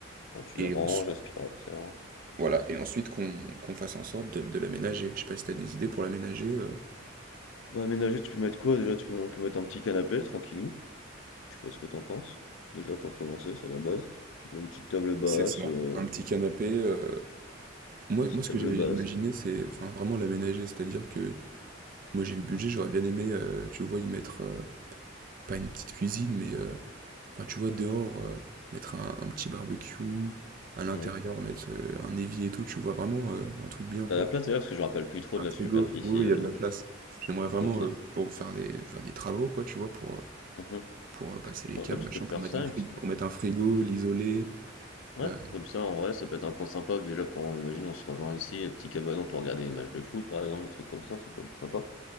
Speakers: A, on the left; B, on the right.
A: oh, tu
B: Et
A: le ranges,
B: ensuite,
A: aspirateur, tout ça.
B: voilà. Et ensuite, qu'on qu'on fasse en sorte de, de l'aménager. Je sais pas si tu as des idées pour l'aménager. euh.
A: Bah, aménager, tu peux mettre quoi déjà? Tu peux, on peut mettre un petit canapé, tranquillou. Je sais pas ce que t'en penses. Déjà pour commencer, c'est la base. Tu mets une petite table basse,
B: C'est ça.
A: euh,
B: Un petit canapé. euh, Moi,
A: petite
B: moi, ce
A: table
B: que j'avais
A: basse.
B: imaginé, c'est enfin, vraiment l'aménager. C'est-à-dire que Moi, j'ai le budget, j'aurais bien aimé, heu, tu vois, y mettre, heu, pas une petite cuisine, mais, heu, enfin, tu vois, dehors, heu, mettre un un petit barbecue, à l'intérieur,
A: Mhm.
B: mettre, heu, un évier et tout, tu vois? Vraiment, heu, un truc bien,
A: T'as
B: quoi.
A: la place d'ailleurs parce que je me rappelle plus trop
B: Un
A: de la
B: frigo.
A: superficie.
B: Oui, oui,
A: euh,
B: il y a de la place. J'aimerais vraiment,
A: Ok.
B: heu, pour faire des faire des travaux, quoi, tu vois? Pour, heu,
A: Mhm.
B: pour, heu, passer les
A: Ouais,
B: câbles,
A: bah, tu
B: machin,
A: peux faire
B: pour mettre
A: ça.
B: un
A: une
B: fri
A: petite-
B: pour mettre un frigo, l'isoler,
A: Ouais,
B: heu,
A: comme ça en vrai, ça peut être un coin sympa déjà pour, imagine, on se rejoint ici, un petit cabanon pour regarder les matchs de foot par exemple, des trucs comme ça, ça peut être sympa.